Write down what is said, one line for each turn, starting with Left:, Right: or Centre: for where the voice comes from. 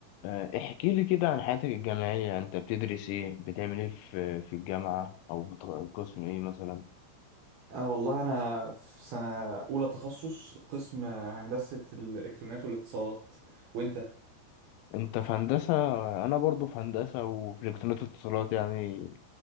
Left: آه، احكي لي كده عن حياتك الجامعية انت بتدرس ايه بتعمل ايه في في الجامعة او بت- قسم ايه مثلا
Right: أه والله أنا في سنة أولى تخصص قسم هندسة الإلكترونيات والاتصالات وأنت؟
Left: انت في هندسة انا برضو في هندسة وفي الكترونيات واتصالات يعني